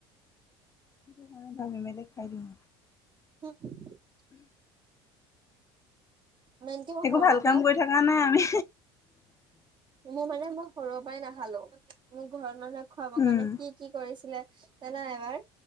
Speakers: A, on the left; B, on the right.
A: <unintelligible> খাই দিম।
B: <unintelligible> মেনকে মই
A: একো
B: সৰুৰ
A: ভাল কাম
B: পৰা
A: কৰি থকা নাই আমি।
B: মই মানে মই সৰুৰ পৰাই নাখালোঁ। মোক ঘৰত মানুহে খুৱাব
A: উম
B: কাৰণে কি কি কৰিছিলে জানা এবাৰ?